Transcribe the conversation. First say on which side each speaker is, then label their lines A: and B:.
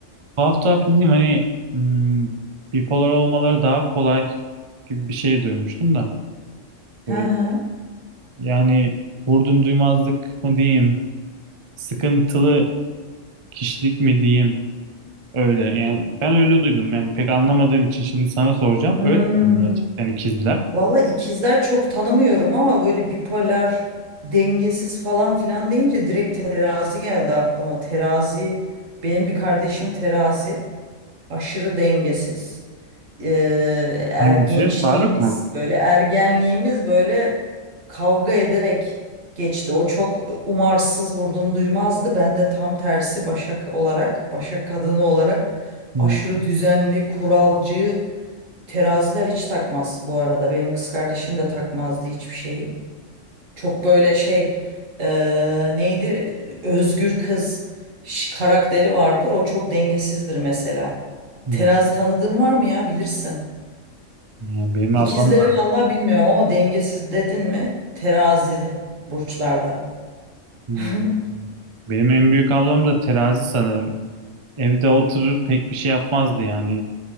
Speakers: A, on the right; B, on the right.
A: Tuhaf tuhaf dediğim hani hmm, bipolar olmaları daha kolay gibi bir şey duymuştum da.
B: Hı
A: Böyle
B: hı.
A: yani vurdum duymazlık mı diyeyim sıkıntılı kişilik mi diyeyim öyle. Yani ben öyle duydum. Yani pek anlamadığım için şimdi sana soracağım.
B: Hmm.
A: Öyle mi gerçekten ikizler?
B: Valla ikizler çok tanımıyorum ama böyle bipolar, dengesiz falan filan deyince direkt terazi geldi aklıma. Terazi, benim bir kardeşim terazi, aşırı dengesiz. Ee, er
A: Hangisi?
B: gençliğimiz,
A: Faruk mu?
B: böyle ergenliğimiz böyle kavga ederek geçti. O çok umarsız vurdum duymazdı. Ben de tam tersi Başak olarak, Başak kadını olarak
A: Hmm,
B: aşırı düzenli, kuralcı. Teraziler hiç takmaz bu arada. Benim kız kardeşim de takmazdı hiçbir şeyi. Çok böyle şey eee, neydi? Özgür kız ş- karakteri vardır. O çok dengesizdir mesela.
A: hmm.
B: Terazi tanıdığın var mı ya? Bilirsin.
A: Yani benim
B: İkizleri
A: ablam da
B: vallahi bilmiyorum ama dengesiz dedin mi? Terazi burçlarda.
A: hmm.
B: <laughs>
A: Benim en büyük ablam da terazi sanırım. Evde oturur pek bir şey yapmazdı yani.